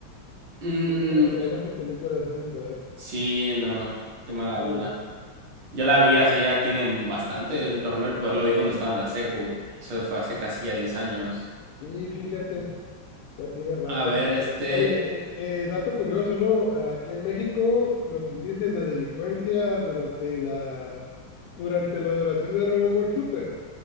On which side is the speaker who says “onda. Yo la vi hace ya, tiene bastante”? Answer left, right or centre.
Right